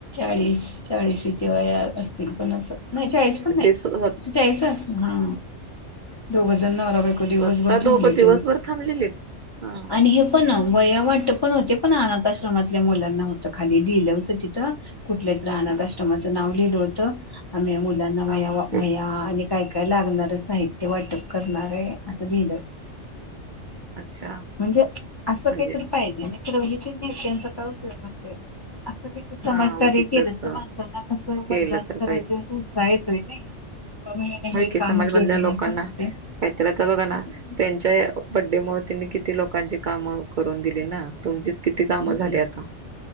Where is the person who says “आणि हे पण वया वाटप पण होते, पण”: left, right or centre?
Left